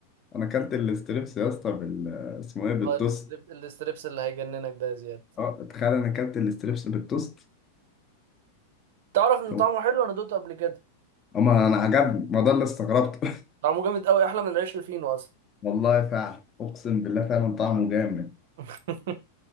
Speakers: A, on the left; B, on the right.
A: انا اكلت الاستريبس يا اسطى بال اسمه ايه بالتوست
B: اه الاستريب الاستريبس اللي هيجننك ده يا زياد
A: اه تخيل انا اكلت الاستريبس بالتوست
B: تعرف ان
A: طب
B: طعمه حلو انا دوقته قبل كده
A: اما انا عجبني ما ده اللي استغربته
B: طعمه جامد قوي احلى من العيش الفينو اصلا
A: <laughs> والله فعلا اقسم بالله فعلا طعمه جامد
B: <laughs>